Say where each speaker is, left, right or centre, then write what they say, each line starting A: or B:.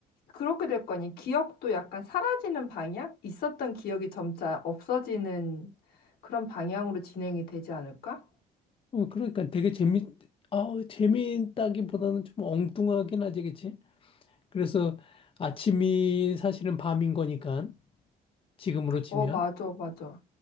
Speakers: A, on the left; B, on the left.
A: 그렇게 될 거 아니. 기억도 약간 사라지는 방향? 있었던 기억이 점차 없어지는 그런 방향으로 진행이 되지 않을까?
B: 어, 그러니까 되게 재미, 아, 재미있다기보다는 좀 엉뚱하긴 하지, 그치? 그래서 아침이 사실은 밤인 거니까, 지금으로 치면.
A: 어, 맞아, 맞아.